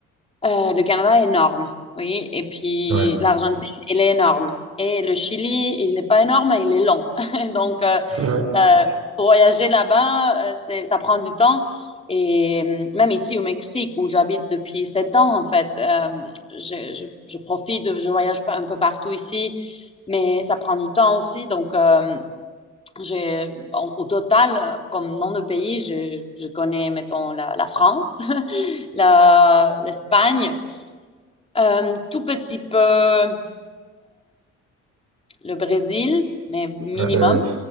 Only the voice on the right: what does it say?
Ouais.
<laughs>
Ouais, ben,